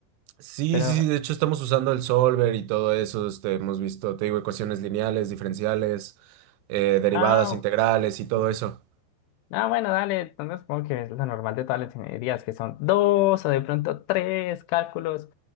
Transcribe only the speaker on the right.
Sí,
sí, sí, de hecho estamos usando el solver y todo eso, este, hemos visto, te digo, ecuaciones lineales, diferenciales, eh, derivadas,
integrales
y todo eso.